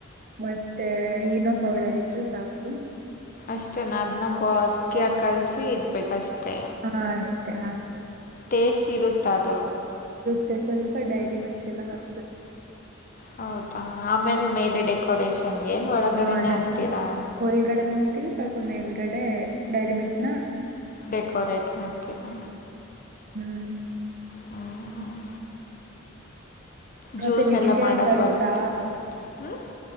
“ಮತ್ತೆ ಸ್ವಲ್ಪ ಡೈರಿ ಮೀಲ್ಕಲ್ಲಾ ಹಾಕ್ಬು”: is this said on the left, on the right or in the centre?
Right